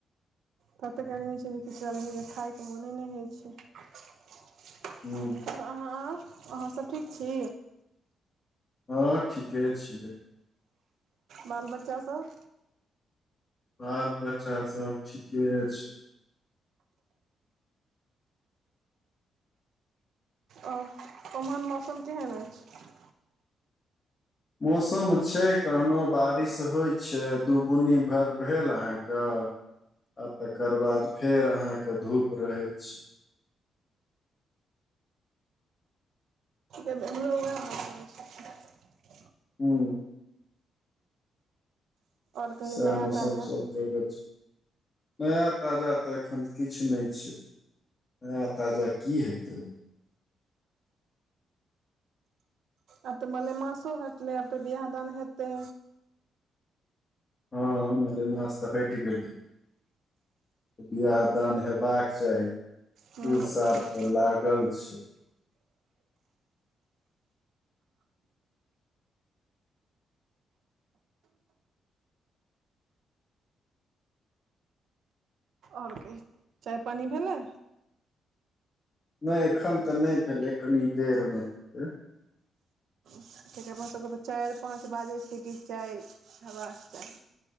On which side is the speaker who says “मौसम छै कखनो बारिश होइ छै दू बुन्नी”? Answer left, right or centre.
Left